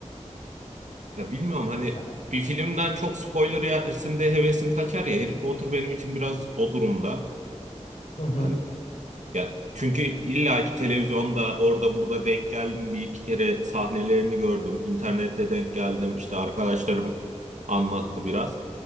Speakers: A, on the right; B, on the left.
A: Ya bilmiyorum hani
B: Ya-
A: bir filmden çok spoiler yersin de hevesim kaçar ya. Harry Potter benim için biraz o durumda.
B: Hı hı.
A: Hani ya çünkü illa ki televizyonda orada burada denk geldim bir iki kere sahnelerini gördüm. İnternette denk geldim. İşte arkadaşlarım anlattı biraz.